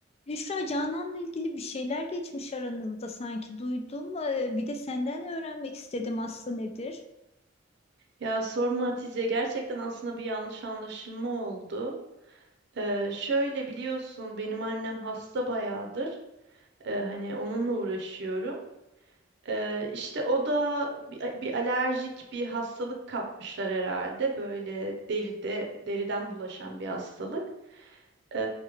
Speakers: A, on the left; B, on the right.
A: Büşra Canan'la ilgili bir şeyler geçmiş aranızda sanki duydum. Ee, bir de senden öğrenmek istedim aslı nedir?
B: Ya sorma Hatice gerçekten aslında bir yanlış anlaşılma oldu. Ee, şöyle biliyorsun benim annem hasta bayağıdır. Ee, hani onunla uğraşıyorum. Ee, işte o da bir, bir alerjik bir hastalık kapmışlar herhalde. Böyle deride deriden bulaşan bir hastalık. Ee,